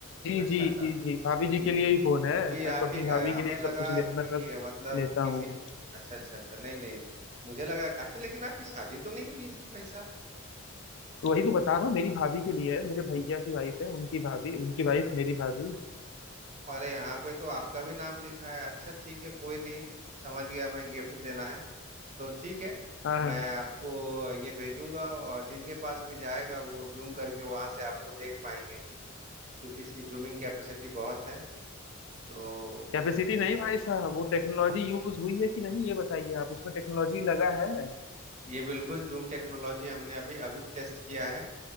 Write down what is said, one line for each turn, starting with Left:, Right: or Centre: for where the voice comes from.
Left: जी
Right: अच्छा
Left: जी
Right: अच्छा
Left: जी जी भाभी जी
Right: जी
Left: के लिए
Right: जी
Left: ही
Right: जी
Left: फोन है
Right: तो ये
Left: मैं तो
Right: आप
Left: अपनी
Right: ही
Left: भाभी
Right: का है
Left: के
Right: हमें
Left: लिए ही सब
Right: लगा
Left: कुछ ले
Right: कि
Left: मतलब
Right: अ, मतलब
Left: लेता
Right: किसी
Left: हूँ
Right: अच्छा अच्छा अच्छा नहीं नहीं नहीं मुझे लगा अच्छा लेकिन आपकी शादी तो नहीं हुई थी भाई साहब
Left: तो वही तो बता रहा हूँ मेरी भाभी के लिए है मेरे भैया की वाइफ है उनकी भाभी उनकी वाइफ मेरी भाभी
Right: हमारे यहाँ पे तो आपका भी नाम लिखा है अच्छा ठीक है कोई नहीं समझ गया मैं गिफ्ट देना है तो ठीक है
Left: हाँ हाँ।
Right: मैं आपको ये भेजूंगा और जिनके पास भी जाएगा वो जूम करके वहां से आपको देख पाएंगे क्योंकि इसकी जूमिंग कैपेसिटी बहुत है तो
Left: कैपेसिटी
Right: ठीक
Left: नहीं
Right: है
Left: भाई साहब वो टेक्नोलॉजी यूज हुई है कि नहीं ये बताइए आप उसमें टेक्नोलॉजी लगा है
Right: ये बिल्कुल जूम टेक्नोलॉजी हमने अभी अभी टेस्ट किया है